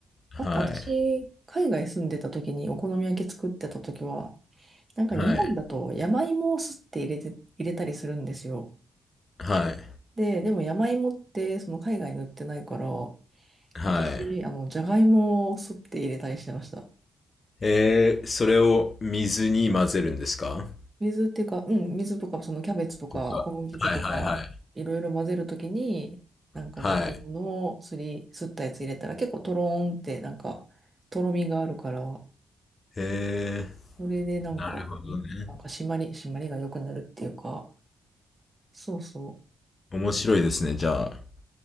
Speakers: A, on the left; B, on the right.
A: はい。
B: あと、私、海外住んでた時にお好み焼き作ってた時は、なんか日本だと山芋をすって入れて、
A: はい。
B: 入れたりするんですよ。
A: はい。
B: で、でも山芋ってその海外に売ってないから、
A: はい。
B: 私、あの、じゃがいもをすって入れたりしてました。
A: えー、それを水に混ぜるんですか
B: 水っていうか、うん、水とか、そのキャベツとか小麦粉とか、
A: とか。はいはいはい。
B: いろいろ混ぜるときに、なんかじゃがいものすり、
A: はい。
B: すったやつ入れたら結構トローンってなんか、とろみがあるから、
A: えー、
B: これでなんか、
A: なるほどね。
B: なんか締まり、締まりが良くなるっていうか、そうそ
A: 面白いですね。じゃあ、